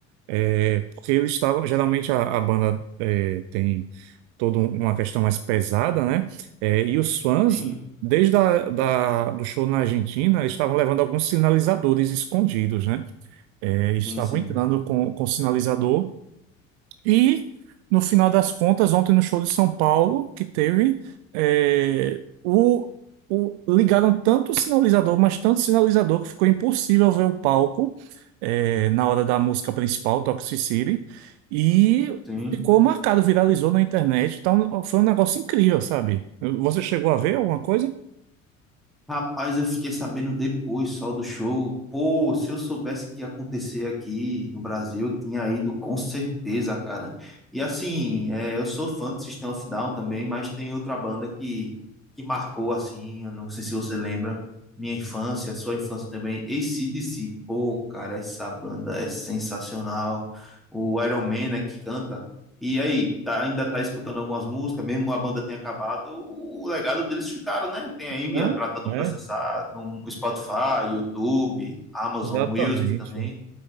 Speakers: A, on the right (about 60°); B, in the centre.
A: é, porque eles estavam, geralmente a, a banda é, tem toda um- uma questão mais pesada, né? É, e os fãs,
B: Sim,
A: desde a, da, do show na Argentina, eles estavam levando alguns sinalizadores escondidos, né? É, estavam
B: sim, sim,
A: entrando com, com sinalizador e, no final das contas, ontem no show de São Paulo, que teve, é, o, o- ligaram tanto o sinalizador, mas tanto sinalizador, que ficou impossível ver o palco, é, na hora da música principal, Toxicity, e
B: sim.
A: ficou marcado, viralizou na internet. Então, foi um negócio incrível, sabe? Você chegou a ver alguma coisa?
B: Rapaz, eu fiquei sabendo depois só do show. Pô, se eu soubesse que ia acontecer aqui no Brasil, eu tinha ido com certeza, cara. E assim, é, eu sou fã do System of a Down também, mas tem outra banda que, que marcou, assim, eu não sei se você lembra, minha infância, sua infância também, AC/DC. Pô, cara, essa banda é sensacional. O Iron Man, né, que canta. E aí, tá- ainda tá escutando algumas músicas, mesmo a banda tenha acabado, o legado deles ficaram, né? Tem aí
A: Não,
B: a- pra todo
A: é,
B: mundo acessar no Spotify, YouTube, Amazon
A: exatamente.
B: Music também.